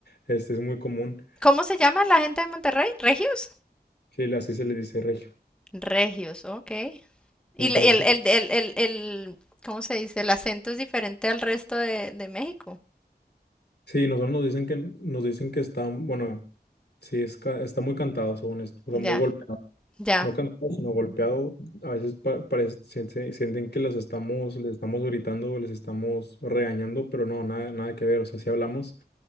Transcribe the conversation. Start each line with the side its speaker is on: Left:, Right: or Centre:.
Left: Este es muy común.
Centre: ¿Cómo se llama la gente de Monterrey? ¿Regios?
Left: Sí, así se le dice regio.
Centre: Regios, ok. Y
Left: Entonces,
Centre: le- el, el, el, el, el- ¿cómo se dice? El acento es diferente al resto de, de México.
Left: sí, nosotros nos dicen que nos dicen que están, bueno, sí, es, ca- está muy cantado según esto, o sea, muy
Centre: Ya,
Left: golpeado.
Centre: ya,
Left: no cantado, sino golpeado, a veces pa- parece- sien- se- sienten que los estamos, les estamos gritando, o les estamos regañando, pero no, nada, nada que ver, o sea, sí hablamos